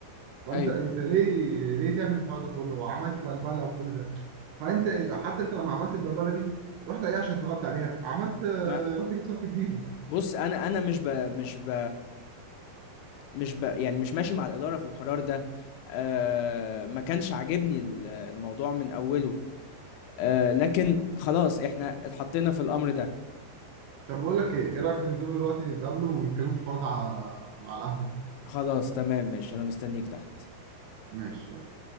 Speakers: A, on the right; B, on the left.
A: فانت
B: ايوه
A: انت ليه ليه تعمل الحوار ده كله وعملت بلبله وكل ده فانت حتى انت لما عملت البلبله دي رحت ايه عشان تغطي عليها عملت آه،
B: ما
A: رحت جبت صفقه زيزو
B: بص انا انا مش ب... مش ب... مش ب... يعني مش ماشي مع الاداره في القرار ده آه ما كانش عاجبني ال- الموضوع من اوله آه لكن خلاص احنا اتحطينا في الامر ده
A: طب بقول لك ايه ايه رايك ننزلوا دلوقتي نتقابلوا ونتكلموا في الحوار ده على على القهوه
B: خلاص تمام ماشي انا مستنيك تحت
A: ماشي يلا